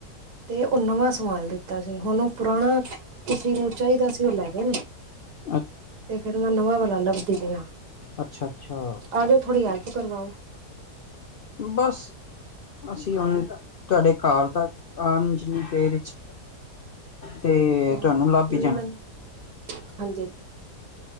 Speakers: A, on the right; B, on the left.
A: ਤੇ ਉਹ ਨਵਾਂ ਸਭਾਲ ਦਿ ਤਾ ਸੀ ਹੁਣ ਉਹ ਪੁਰਾਣਾ ਕਿਸੇ ਨੂੰ ਚਾਹੀਦਾ ਸੀ ਉਹ ਲੈ ਗਏ ਨੇ।
B: ਹ <unintelligible>
A: ਤੇ ਫਿਰ ਮੈਂ ਨਵਾਂ ਵਾਲਾ ਲੱਭਦੀ ਪਈ ਆ।
B: ਅੱਛਾ ਅੱਛਾ
A: ਆ ਜਾਓ ਥੋੜੀ ਹੈਲਪ ਕਰਵਾਓ।
B: ਬਸ। ਅਸੀਂ ਹੁਣ ਤੁਹਾਡੇ ਘਰ ਤਾਂ ਆਉਣ ਜਿੰਨੀ ਦੇਰ ਵਿੱਚ। ਤੇ
A: ਹ ਹ
B: ਤੁਹਾਨੂੰ ਲੱਭ
A: ਹਾਂਜੀ
B: ਹੀ ਜਾਣਾ
A: ਹਾਂ। <unintelligible>